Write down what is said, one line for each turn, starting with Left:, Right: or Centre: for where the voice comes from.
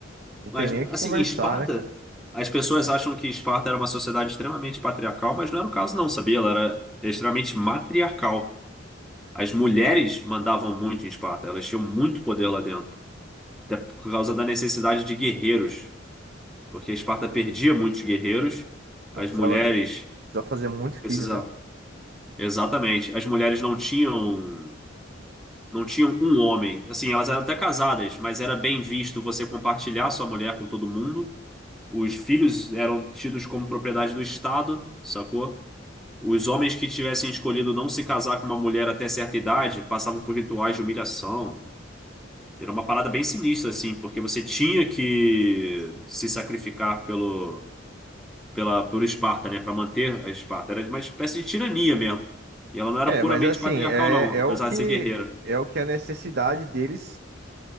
Right: não tem
Centre: Mas,
Right: nem o que
Centre: assim,
Right: conversar,
Centre: em Esparta,
Right: né, cara?
Centre: as pessoas acham que Esparta era uma sociedade extremamente patriarcal, mas não era o caso, não, sabia? Ela era extremamente matriarcal. As mulheres mandavam muito em Esparta, elas tinham muito poder lá dentro, até por causa da necessidade de guerreiros, porque Esparta perdia muitos guerreiros,
Right: Então
Centre: as
Right: precisava,
Centre: mulheres
Right: precisava fazer muito
Centre: precisavam.
Right: filho, né?
Centre: Exatamente, as mulheres não tinham não tinham um homem, assim, elas eram até casadas, mas era bem visto você compartilhar sua mulher com todo mundo. Os filhos eram tidos como propriedade do Estado, sacou? Os homens que tivessem escolhido não se casar com uma mulher até certa idade passavam por rituais de humilhação. Era uma parada bem sinistra, assim, porque você tinha que se sacrificar pelo, pela, por Esparta, né? Para manter a Esparta. Era uma espécie de tirania mesmo. E ela não era
Right: É,
Centre: puramente
Right: mas assim,
Centre: patriarcal,
Right: é,
Centre: não,
Right: é
Centre: apesar
Right: o que
Centre: de ser guerreira.
Right: é o que a necessidade deles